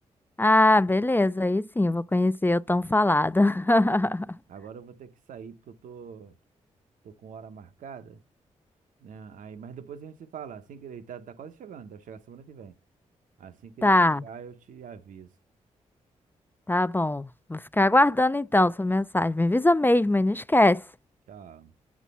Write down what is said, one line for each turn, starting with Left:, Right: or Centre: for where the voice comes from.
Left: Ah, beleza, aí sim, eu vou conhecer o tão falado. <laughs>
Right: Agora eu vou ter que sair porque eu tô Tô com hora marcada, né? Aí, mas depois a gente se fala. Assim que ele tá, tá quase chegando, deve chegar semana que vem. Assim que
Left: Tá,
Right: ele chegar, eu te aviso.
Left: tá bom. Vou ficar aguardando então sua mensagem. Me avisa mesmo e não esquece.
Right: Tchau.